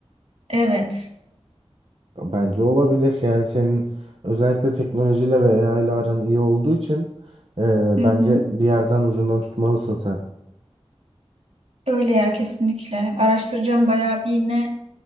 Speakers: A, on the right; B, on the right.
A: Evet.
B: Bence olabilir. Yani senin özellikle teknolojiyle ve AI ile aran iyi olduğu için e,
A: Hı
B: bence
A: hı.
B: bir yerden ucundan tutmalısın sen.
A: Öyle ya kesinlikle. Araştıracağım bayağı bir yine